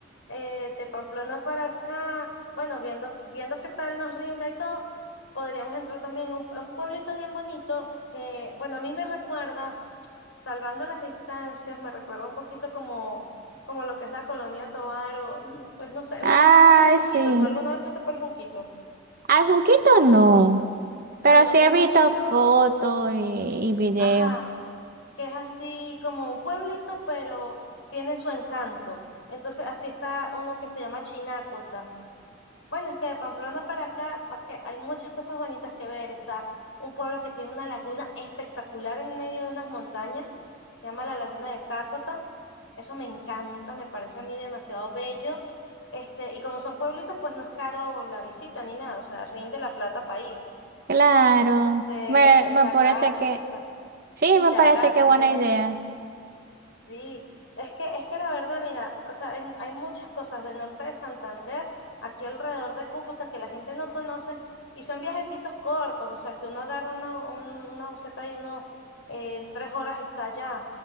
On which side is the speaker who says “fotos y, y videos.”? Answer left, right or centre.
Right